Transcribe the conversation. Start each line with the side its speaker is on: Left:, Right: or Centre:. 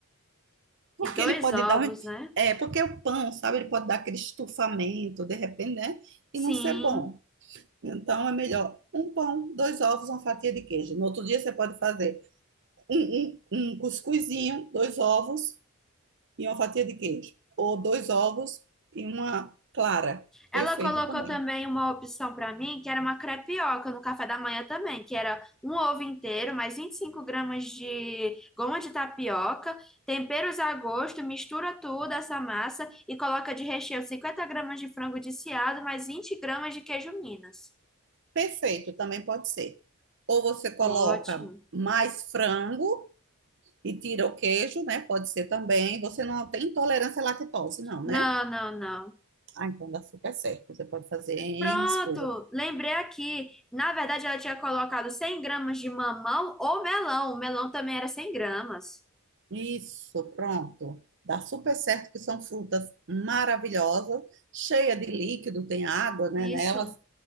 Right: Porque
Centre: e dois
Right: ele pode
Centre: ovos,
Right: dar. um-
Centre: né?
Right: É, porque o pão, sabe, ele pode dar aquele estufamento, de repente, né?
Centre: Sim.
Right: E não ser bom. Então é melhor um pão, dois ovos, uma fatia de queijo. No outro dia você pode fazer um, um, um cuscuzinho, dois ovos e uma fatia de queijo. Ou dois ovos e uma clara. Perfeito
Centre: Ela colocou
Right: também.
Centre: também uma opção para mim, que era uma crepioca no café da manhã também, que era um ovo inteiro, mais 25 gramas de goma de tapioca, temperos a gosto, mistura tudo essa massa e coloca de recheio 50 gramas de frango desfiado, mais 20 gramas de queijo Minas.
Right: Perfeito também pode ser. Ou você coloca
Centre: Ótimo.
Right: mais frango e tira o queijo, né? Pode ser também. Você não tem intolerância à lactose, não, né?
Centre: Não, não, não.
Right: Ah, então dá super certo. Você pode fazer N
Centre: Pronto,
Right: coisas.
Centre: lembrei aqui. Na verdade, ela tinha colocado 100 gramas de mamão ou melão. O melão também era 100 gramas.
Right: Isso, pronto. Dá super certo que são frutas maravilhosas, cheia de líquido, tem água, né,
Centre: Isso,
Right: nelas.